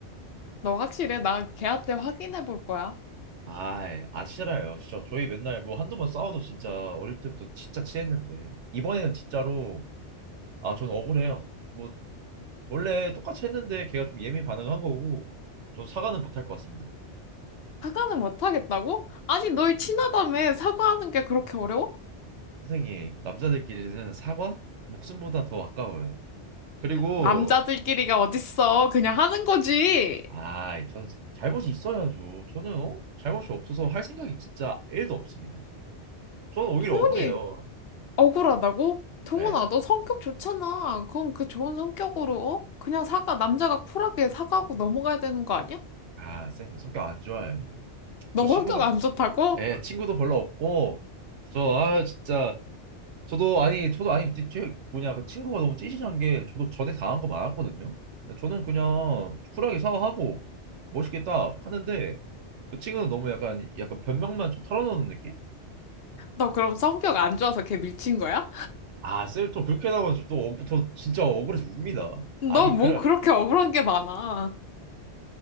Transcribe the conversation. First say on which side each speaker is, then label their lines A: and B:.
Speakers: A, on the left; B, on the right.
A: 너 확실해? 나 걔한테 확인해 볼 거야.
B: 아이, 아, 싫어요. 진짜 저희 맨날 뭐 한두 번 싸워도 진짜 어릴 때부터 진짜 친했는데. 이번에는 진짜로, 아, 전 억울해요. 뭐 원래 똑같이 했는데 걔가 좀 예민 반응한 거고 전 사과는 못 할 것 같습니다.
A: 사과는 못 하겠다고? 아니, 너희 친하다며 사과하는 게 그렇게 어려워?
B: 선생님, 남자들끼리는 사과 목숨보다 더 아까워요. 그리고
A: 남자들끼리가 어딨어. 그냥 하는 거지.
B: 아, 저는 자- 잘못이 있어야죠. 저는 어? 잘못이 없어서 할 생각이 진짜 1도 없습니다. 저는 오히려
A: 동훈이
B: 억울해요.
A: 억울하다고? 동훈아,
B: 예.
A: 너 성격 좋잖아. 그럼 그 좋은 성격으로, 어? 그냥 사과, 남자가 쿨하게 사과하고 넘어가야 되는 거 아니야?
B: 아, 쌤, 저 성격 안 좋아요.
A: 너
B: 저 친구도
A: 성격 안 좋다고?
B: 예, 친구도 별로 없고 저 아 진짜 저도 아니 저도 아니 그때 제 뭐냐 그 친구가 너무 찌질한 게 저도 전에 당한 거 많았거든요. 저는 그냥 쿨하게 사과하고 멋있게 딱 하는데 그 친구는 너무 약간 약간 변명만 좀 털어놓는 느낌?
A: 너 그럼 성격 안 좋아서 걔 밀친 거야?
B: 아 쌤 또 그렇게 나오면 또 억, 저 진짜 억울해서 웁니다.
A: 너
B: 아니
A: 뭐
B: 그런
A: 그렇게 억울한 게 많아.